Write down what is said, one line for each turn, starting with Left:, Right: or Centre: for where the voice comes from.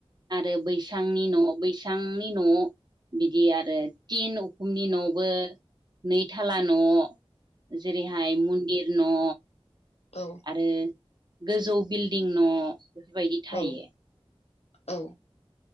Right: आरो बैसांनि न' बैसांनि न' बिदि आरो तिन उखुमनि न'बो नैथाला न' जेरैहाय मन्दिर न'
Left: औ
Right: आरो गोजौ बिल्डिं न' बेफोरबायदि थायो
Left: औ औ